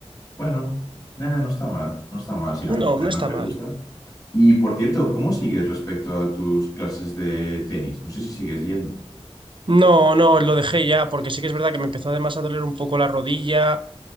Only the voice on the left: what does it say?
Bueno, nada, no está mal, no está mal, sí, a
mí además
te
gusta. Y por cierto, ¿cómo sigues respecto a tus clases de tenis? No sé si sigues yendo.